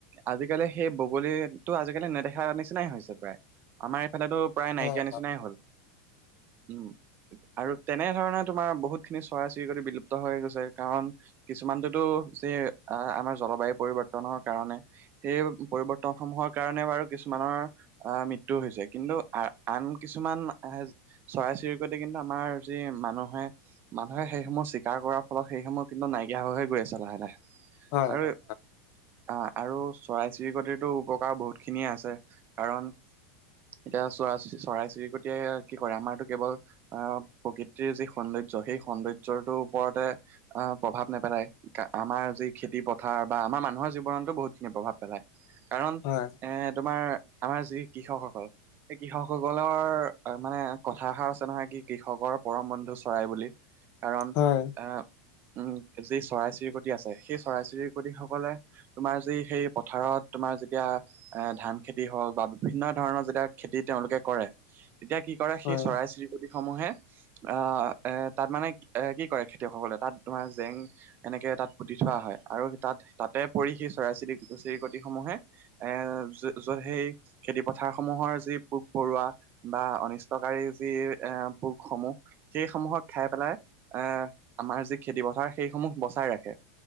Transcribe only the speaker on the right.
আজিকালি সেই বগলীটো আজিকালি নেদেখ নিচিনাই হৈছে প্ৰায়, আমাৰ এইফালেতো প্ৰায়
নাইকিয়া নিচিনাই হ'ল, উম। আৰু তেনেধৰণে তোমাৰ বহুত খিনি চৰাই-চিৰিকটি বিলুপ্ত হৈ গৈছে, কাৰণ কিছুমানটোতো যে, আমাৰ জলবায়ু পৰিৱৰ্তনৰ কাৰণে। সেই পৰিবৰ্তন সমূহৰ কাৰণে বাৰু কিছুমানৰ আহ মৃত্যু হৈছে, কিন্তু আ-আন কিছুমান আহে চৰাই-চিৰিকটি কিন্তু আমাৰ যি মানুহে মানুহে সেইসমূহ চীকাৰ কৰাৰ ফলত, সেইসমূহ কিন্তু নাইকিয়া হৈ গৈ আছে লাহে লাহে। আৰু
অ', আৰু চৰাই-চিৰিকটিতো উপকাৰ বহুত খিনি খিনিয়ে আছে, কাৰণ এতিয়া চৰা-চৰাই-চিৰিকটিয়ে কি কৰে, আমাৰতো কেৱল আহ প্ৰকৃতিৰ যি সৌন্দৰ্য, সেই সৌন্দৰ্যটোৰ ওপৰতে আহ প্ৰভাৱ নেপেলায়। আমাৰ যি খেতি পথাৰ বা আমাৰ মানুহৰ জীৱনতো বহুতখিনি প্ৰভাৱ পেলায়, কাৰণ
এ তোমাৰ, আমাৰ যি কৃষকসকল এই কৃষকসকলৰ মানে কথা এষাৰ আছে নহয়, কি কৃষকৰ পৰম বন্ধু চৰাই বুলি। কাৰণ
আহ উম, যি চৰাই-চিৰিকটি আছে সেই চৰাই-চিৰিকটি সকলে তোমাৰ যি সেই পথাৰত, তোমাৰ যেতিয়া এ ধান খেতি হওঁক বা বিভিন্ন ধৰণৰ যেতিয়া খেতি তেওঁলোকে কৰে। তেতিয়া কি কৰে
সেই চৰাই-চিৰিকতিসমূহে অহ, এ তাত মানে এ কি কৰে খেতিয়কসকলে তাত তোমাৰ জেং এনেকে তাত পুতি থোৱা হয় আৰু তাত তাতে পৰি সেই চৰাই-চিৰিক-চিৰিকটিসমূহে এ যত সেই খেতি পথাৰসমূহৰ যি পোক-পৰুৱা বা অনিষ্টকাৰী যি এ পোকসমূহ সেইসমূহক খায় পেলাই অহ, আমাৰ যি খেতি পথাৰ সেই সমূহ বচাই ৰাখে।